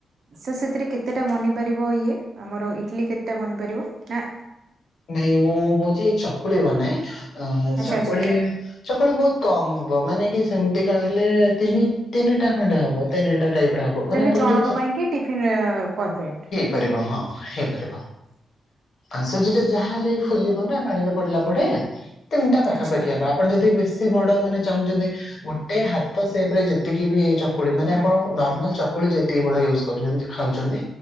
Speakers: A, on the right; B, on the left.
A: ସ ସେଥିରେ କେତେଟା ବନିପାରିବ ଇଏ। ଆମର ଇଟଲିି କେତେଟା ବନିପାରିବ? ନା
B: ନାଇଁ ମୁଁ ହଉଚି ଚକୁଳି ବନାଏ ଅ
A: ଆଚ୍ଛା
B: ଚକୁଳି
A: ଆଚ୍ଛା।
B: ଚକୁଳି ବହୁତ କମ ହବ ମାନେ କି ସେମତିକା ହେଲେ ତିନି ତିନିଟା ଖଣ୍ଡେ ହବ ତିନିଟା ଟାଇପ ର ହବ ମାନେ
A: ତିନି
B: ଆପଣ
A: ଜଣଙ୍କ
B: ଯ
A: ପାଇଁ କି ଟିଫିନ ପରଫେକ୍ଟ।
B: ପାରିବ ହଁ ହେଇପାରିବ ଆଉ ସେ ଯ ଯାହା ହେଲେ ବି ଫୁଲିବ ନା ପାଣିରେ ପଡିଲା ପଡେ ତିନିଟା ପାଖାପାଖି
A: ଆଚ୍ଛା
B: ହବ। ଆ ପଣ ଯଦି ବେଶୀ ବଡ ମାନେ ଚାହୁଁଚନ୍ତି। ଗୋଟେ ହାତ ସେପ ରେ ଯେତିକି ବି ଚକୁଳି ମାନେ
A: ହୁଁ
B: ଆପଣ ନର୍ମାଲ ଚକୁଳି ଯେତିକି ବଡ ୟୁଜ କରୁଚନ୍ତି ଖାଉଚନ୍ତି